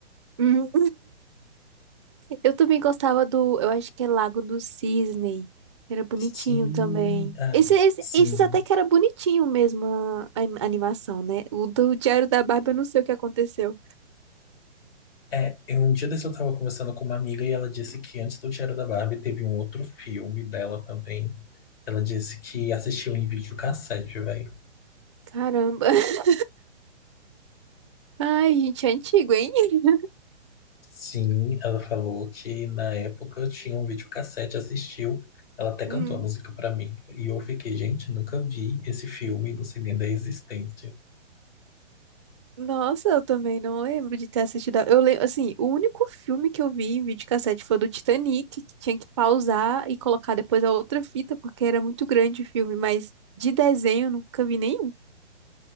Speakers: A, on the right; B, on the left.
A: Hum. Eu também gostava do, eu acho que é Lago do Cisne. Era bonitinho
B: Sim,
A: também.
B: ah,
A: Esse, esse-
B: sim.
A: esses até que era bonitinho mesmo a, a an- animação, né? O do Diário da Barbie, eu não sei o que aconteceu.
B: É, eu, um dia desse eu tava conversando com uma amiga e ela disse que antes do Diário da Barbie teve um outro filme dela também. Ela disse que assistiu em videocassete, velho.
A: Caramba. <laughs> Ai, gente, é antigo, hein? <laughs>
B: Sim, ela falou que na época tinha um videocassete, assistiu. Ela até cantou
A: Hum.
B: a música pra mim. E eu fiquei, gente, nunca vi esse filme, não sei nem da existência.
A: Nossa, eu também não lembro de ter assistido. a- Eu lembro, assim, o único filme que eu vi em videocassete foi o do Titanic, que tinha que pausar e colocar depois a outra fita, porque era muito grande o filme, mas de desenho eu nunca vi nenhum.